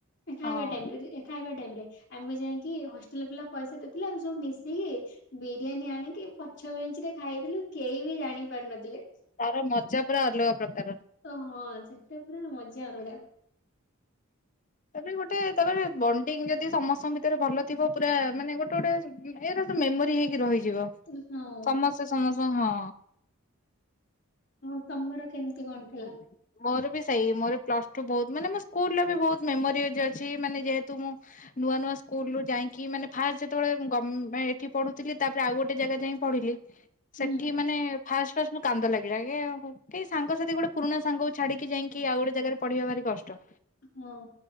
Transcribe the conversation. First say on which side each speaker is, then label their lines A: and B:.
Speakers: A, on the left (about 50°); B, on the left (about 35°).
A: ଖାଇବା
B: ହଁ
A: ଟାଇମ୍ ରେ ଯେ ଏ ଖାଇବା ଟାଇମ୍ ରେ, ଆମେ ଯାଇକି ହଷ୍ଟେଲରେ ପିଲା ପଇସା ଦେଇଥିଲେ, ଆମେ ସବୁ ମି କି, ବିରିୟାନୀ ଆଣିକି, ପଛ ବେଞ୍ଚେ ରେ ଖାଇଦେଲୁ। କେହି ବି ଜାଣି ପାରୁନଥିଲେ।
B: ତାର ମଜା ପୁରା ଅଲଗା ପ୍ରକାର।
A: ହଁ ସେଟା ପୁରା ମଜା ଅଲଗା।
B: ତାପରେ ଗୋଟେ ତାପରେ ବଣ୍ଡିଙ୍ଗ ଯଦି ସମସ୍ତଙ୍କ ଭିତରେ ଭଲ ଥିବ ପୁରା ମାନେ ଗୋଟେ ଗୋଟେ ଏରା ତ ମେମୋରି ହେଇକି ରହିଯିବ।
A: ଅଁ ହଁ।
B: ସମସ୍ତେ ସମସ୍ତଙ୍କୁ ହଁ।
A: ମୁଁ ତମର କେମିତି କଣ? ଥିଲା?
B: <unintelligible> ମୋର ବି ସେଇ ମୋର ପ୍ଲସ ଟୁ, ବହୁତ ମାନେ ମୋ ସ୍କୁଲରେ ବି ବହୁତ ମେମୋରିଜ୍‌ ଅଛି ମାନେ, ଯେହେତୁ ମୁଁ ନୂଆ ନୂଆ ସ୍କୁଲୁ ଯାଇକି ମାନେ ଫାଷ୍ଟ ଯେତେବେଳେ ଗ ମେ ଏଠି ପଢୁିଥିଲି ତାପରେ ଆଉ ଗୋଟେ ଜାଗା ଯାଇ ପଢିଲି ସେଠି
A: ହୁଁ।
B: ମାନେ ଫାର୍ଷ୍ଟ ଫାର୍ଷ୍ଟ ମୁଁ କାନ୍ଦ ଲାଗିଲା କାଇଁ କେହି ସାଙ୍ଗ ସ ସେଠି ଗୋଟେ ପୁଣା ସାଙ୍ଗକୁ ଛାଡିକି ଯାଇଁକି ଆଉ ଗୋଟେ ଜାଗାରେ ପଢିବା ଭାରି କଷ୍ଟ।
A: ହଁ।